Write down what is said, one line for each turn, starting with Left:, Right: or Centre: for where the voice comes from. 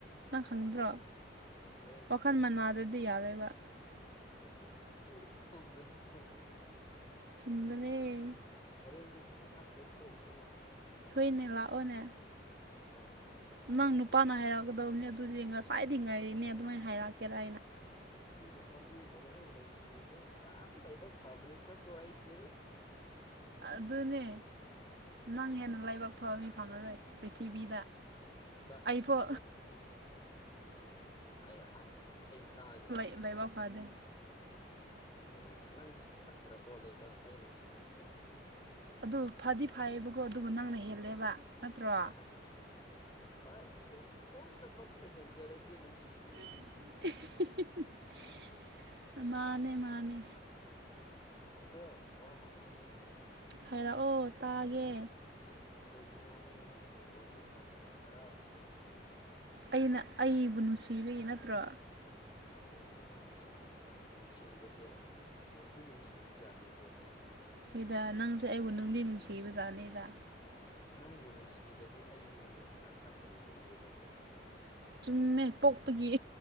Right: ꯅꯪ ꯈꯪꯗ꯭ꯔꯣ
Left: ꯍꯣꯏ ꯍꯣꯔꯦꯟꯗꯤ
Right: ꯋꯥꯈꯜ ꯃꯅꯥꯗꯗꯤ ꯌꯥꯔꯣꯏꯕ
Left: ꯆꯨꯝꯅꯤ ꯆꯨꯝꯃꯦ ꯆꯨꯝꯃꯦ
Right: ꯆꯨꯝꯕꯅꯦ
Left: ꯍꯣꯔꯦꯟꯗꯤ ꯉꯥꯏꯍꯥꯛ ꯀꯣꯏꯊꯣꯛꯎꯨꯁꯤꯅ
Right: ꯍꯨꯏꯅꯦ ꯂꯥꯛꯑꯣꯅꯦ
Left: ꯍꯣꯏ ꯅꯪ ꯍꯣꯔꯦꯟ
Right: ꯅꯪ ꯅꯨꯄꯥꯅ
Left: ꯄꯨꯡ
Right: ꯍꯥꯏꯔꯛꯀꯗꯕꯅꯦ ꯑꯗꯨꯗꯤ ꯉꯁꯥꯏꯗꯤ ꯉꯥꯏꯔꯤꯅꯦ ꯑꯗꯨꯃꯥꯏꯅ ꯍꯥꯏꯔꯛꯀꯦꯔꯥ ꯑꯩꯅ
Left: ꯁꯤꯒꯨꯝꯕ ꯃꯤꯕꯨꯅꯦ ꯑꯩ ꯅꯨꯡꯁꯤꯔꯤꯁꯦ ꯌꯥꯝ ꯂꯥꯏꯕꯛ ꯐꯕꯅꯤꯅꯀꯣ ꯑꯩꯁꯦ
Right: ꯑꯗꯨꯅꯦ ꯅꯪ ꯍꯦꯟꯅ ꯂꯥꯏꯕꯛ ꯐꯕ ꯃꯤ ꯐꯪꯉꯔꯣꯏ ꯄ꯭ꯔꯤꯊꯤꯕꯤꯗ
Left: ꯆꯥꯛ
Right: ꯑꯩꯕꯣ
Left: ꯆꯨꯝꯃꯦ ꯍꯥꯏꯌ ꯍꯥꯏ ꯑꯩ ꯇꯥꯛꯑꯒꯦ
Right: ꯂꯥꯏꯕꯛ ꯐꯥꯗꯦ
Left: ꯆꯨꯝꯃꯦ ꯅꯪꯗꯤ ꯐꯠꯇ꯭ꯔꯕꯣ ꯂꯩꯕꯥꯛ ꯑꯩ ꯅꯨꯡꯁꯤꯕꯁꯦ
Right: ꯑꯗꯨ ꯐꯗꯤ ꯐꯩꯌꯦꯕꯀꯣ ꯑꯗꯨꯕꯨ ꯅꯪꯅ ꯍꯦꯜꯂꯦꯕ ꯅꯠꯇ꯭ꯔꯣ
Left: ꯑꯥ ꯍꯣꯏ ꯑꯩꯅ ꯄꯨꯝꯗꯃꯛꯇ ꯍꯦꯟꯖꯔꯒꯦ ꯅꯨꯡꯁꯤꯕꯤ
Right: <unintelligible> ꯃꯥꯅꯦ ꯃꯥꯅꯦ
Left: ꯑꯗꯣ ꯋꯥ ꯑꯃ ꯍꯥꯏꯒꯦ
Right: ꯍꯥꯏꯔꯛꯑꯣ ꯇꯥꯒꯦ
Left: ꯀꯩꯒꯤꯅꯣ ꯑꯩ ꯅꯪꯕꯨ ꯋꯥꯔꯤ ꯁꯥꯗꯤ ꯑꯗꯨꯝ ꯍꯔꯥꯎꯔꯤꯁꯦ
Right: ꯑꯩꯅ ꯑꯩꯕꯨ ꯅꯨꯡꯁꯤꯕꯒꯤ ꯅꯠꯇ꯭ꯔꯣ
Left: ꯑꯗꯨꯅꯦꯕ ꯆꯨꯝꯃꯦꯕ ꯅꯨꯡꯁꯤꯕꯁꯦ ꯅꯨꯡꯗꯤ ꯅꯨꯡꯁꯤꯕ ꯖꯥꯠꯅꯤꯀꯣ
Right: ꯑꯩꯣꯏꯗ ꯅꯪꯁꯦ ꯑꯩꯕꯨ ꯅꯨꯡꯗꯤ ꯅꯨꯡꯁꯤꯕꯖꯥꯠꯅꯤꯗ
Left: ꯅꯪꯕꯨ ꯅꯨꯡꯁꯤꯗꯗꯤ ꯑꯩ ꯍꯤꯡꯕꯒꯤ ꯑꯥꯔꯊ ꯀꯔꯤ ꯂꯩꯒꯦꯕ ꯄ꯭ꯔꯤꯊꯤꯕꯤꯗ
Right: ꯆꯨꯝꯃꯦ ꯄꯣꯛꯄꯒꯤ